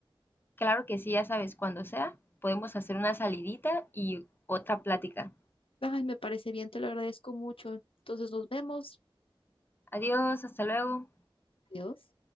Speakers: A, on the left; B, on the left.
A: Claro que sí, ya sabes, cuando sea, podemos hacer una salidita y otra plática.
B: Ay, me parece bien, te lo agradezco mucho. Entonces nos vemos.
A: Adiós, hasta luego.
B: Adiós.